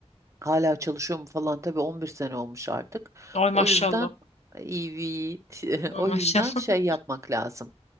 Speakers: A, on the right (about 25°); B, on the left (about 70°).
A: Hala çalışıyor mu falan. Tabii 11 sene olmuş artık.
B: Ay maşallah.
A: O yüzden evet. <laughs>
B: Ay
A: O
B: maşallah.
A: yüzden şey yapmak lazım.